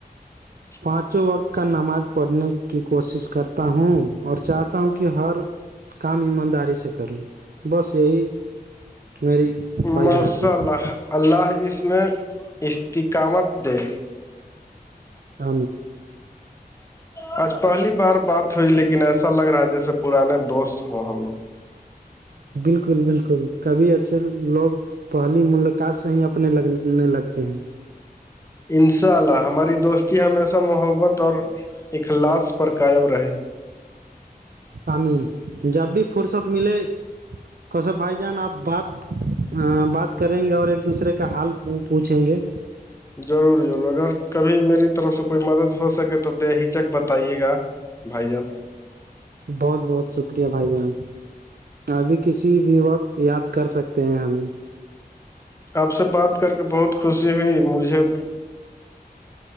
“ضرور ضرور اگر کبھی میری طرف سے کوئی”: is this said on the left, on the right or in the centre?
Left